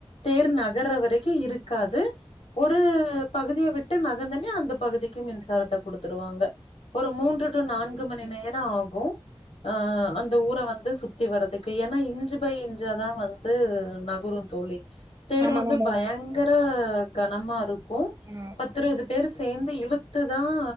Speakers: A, on the left; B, on the right.
A: தேர் நகர்ர வரைக்கும் இருக்காது ஒரு பகுதிய விட்டு நகந்தன்னே அந்த பகுதிக்கு மின்சாரத்த குடுத்துருவாங்க ஒரு மூன்று மூன்று நான்கு மணி நேரம் ஆகும் அஹ் அந்த ஊர வந்து சுத்தி வரதுக்கு ஏன்னா இஞ்சு பை இஞ்சாதான் வந்து நகரும் தோழி தேர்
B: ஆமா
A: வந்து
B: நம்ம
A: பயங்கர அஹ் கனமா இருக் க்கு
B: ஆ
A: பத்து இருபது பேர் சேர்ந்து இழுத் அத்து தான்